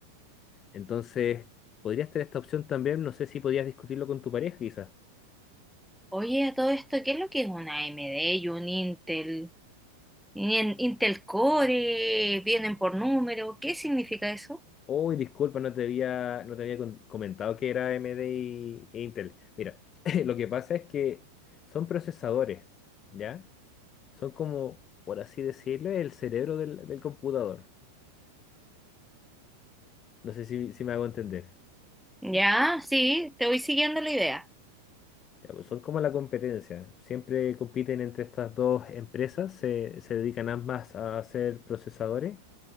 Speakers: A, on the left; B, in the centre.
A: Entonces, podrías tener esta opción también. No sé si podías discutirlo con tu pareja, quizás.
B: Oye, a todo esto, ¿qué es lo que es una AMD y un Intel? Y en Intel Core, vienen por número, ¿qué significa eso?
A: Uy, disculpa, no te había, no te había con- comentado que era AMD y- e Intel. Mira, <laughs> lo que pasa es que son procesadores, ¿ya? Son como, por así decirlo, el cerebro del, del computador. No sé si, si me hago entender.
B: Ya, sí, te voy siguiendo la idea.
A: Ya, pues son como la competencia. Siempre compiten entre estas dos empresas, se, se dedican ambas a hacer procesadores.